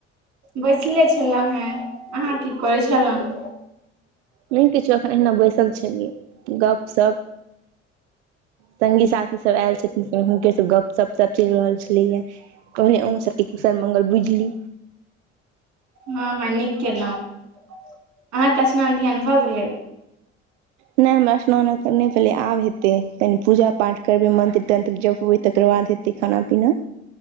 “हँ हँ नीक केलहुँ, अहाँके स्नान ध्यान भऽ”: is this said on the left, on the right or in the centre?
Right